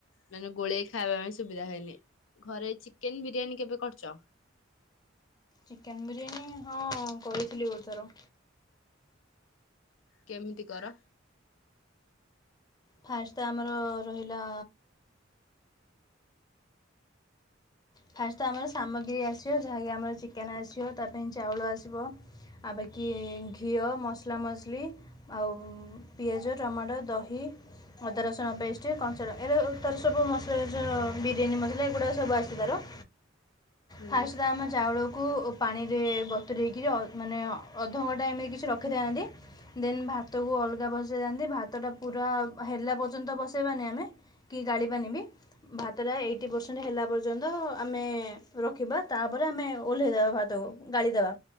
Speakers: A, on the left (about 85°); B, on the left (about 20°).
A: ମାନେ ଗୋଳେଇ ଖାଇବା ପାଇଁ ସୁବିଧା ହେଇନି ଘରେ ଚିକେନ ବିରିୟାନୀ କେବେ କରିଛ। ଚ।
B: ଚିକେନ ବିରିୟାନୀ ହଁ କହିଥିଲି ଗୋଟେ ଥର।
A: କେମିତି କର।
B: ଫାଷ୍ଟ ତ ଆମର ରହିଲା। ଫାଷ୍ଟ ଆମର ସାମଗ୍ରୀ ଆସିବ ଯାହାକି ଆମର ଚିକେନ ଆସିବ ତା ପାଇଁ ଚାଉଳ ଆସିବ- ଆ ବାକି ଘିଅ ମସଲା ମସଲି- ଆଉ ପିଆଜ, ଟମାଟୋ, ଦହି। ଅଦା ରସୁଣ ପେଷ୍ଟ କଞ୍ଚା, ଏ ତାର ସବୁ ମସଲା ଏ ବିରିୟାନୀ ମସଲା। ଏଗୁଡ଼ା ସବୁ ଆସିଛି ତାର
A: ହୁଁ
B: ଫାସଟ୍ ତ ଆମ ଚାଉଳକୁ ଉ ପାଣିରେ ବତୁୁରେଇକିରି ମାନେ ଅଧଘଣ୍ଟା ଏମିତି କିଛି ରଖିଥାନ୍ତି। ଦେନ୍ ଭାତକୁ ଅଲଗା ବସେଇଥାନ୍ତି, ଭାତ ଟା ପୁରା ହେଲା ପର୍ଯ୍ୟନ୍ତ ବସେଇବାନି ଆମେ କି ଗାଳିିବାନି ବିି ଭାତଟା ଏଇଟି ପରସେଣ୍ଟ ହେଲା ପର୍ଯ୍ୟନ୍ତ ଆମେ ରଖିବା। ତାପରେ ଆମେ ଓଲ୍ହେଇ ଦବା ଭାତକୁ, ଗଲିଦବା।